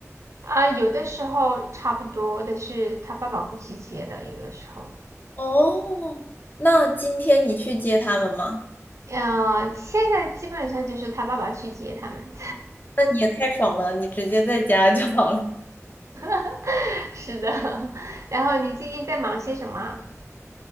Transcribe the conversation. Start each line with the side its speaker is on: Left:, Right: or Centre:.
Right: 啊。有的时候差不多的是他爸爸会去接的，有的时候，
Left: 哦，那今天你去接他们吗？
Right: 嗯、呃现在基本上就是他爸爸去接他们。
Left: 那你也太爽了，你直接在家就好了。
Right: <laughs> 是的，然后你最近在忙些什么啊